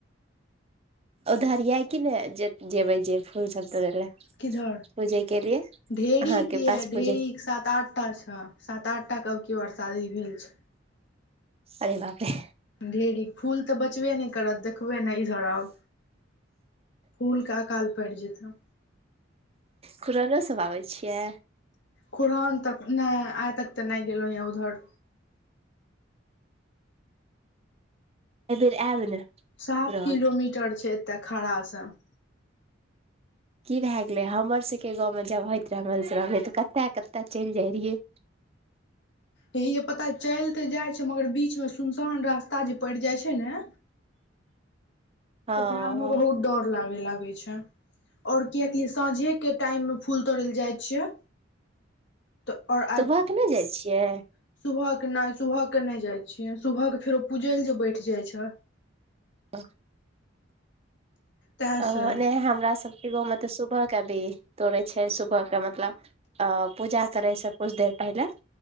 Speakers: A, on the right; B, on the left.
A: उधर यै कि नै? जे जेबै जे फूल सब तोरै ले?
B: किधर,
A: पूजे के
B: <inaudible>
A: लिए
B: ढेरी
A: अहाँके
B: के या
A: पास पूजे
B: ढेरी एक साथ आठ अच्छा, सात आठ टा कब के बरसादी भेल छौ।
A: अरे बाप रे।
B: ढेरी, फूल तऽ बचबे नहि करत देखबे ने इधर आउ फूलके अकाल करि जैत है।
A: खुरहाने से आबै छियै?
B: खुरहान तक नहि आइ तक तऽ नहि गेलहुँ ये उधर।
A: एहि बेेर आयब ने।
B: सात
A: कुरान
B: किलोमीटर छै एतय सं खड़ासन।
A: की भए गेले हमर सबके गाँव में जब होइत रहे मधुश्रावणी तऽ कते कते चलि जाय रहियै।
B: हेे यै पता चल तऽ जाइ छै मगर बीचमे सुनसान रास्ता जे पड़ि जाइ छै ने
A: हँ
B: ओकरा मे बहुत डर लागे लागै छै। और कियाकि साँझेके टाइममे फूल तोड़य लेल जाइ छियै
A: <inaudible>
B: तऽ और आ
A: सुबह
B: <inaudible>
A: के नहि जाइ छियै
B: सुबहके नहि, सुबहके नहि जाइ छियै। सुबहके फेरो पूजय लए जे बैठ जाइत छै।
A: ह <unintelligible>
B: तैसँ
A: ओ नै हमरा सबके गाँव मे तऽ सुबह के भी तोड़ै छै। सुबह के मतलब ओ पूजा करै से किछु देर पहिले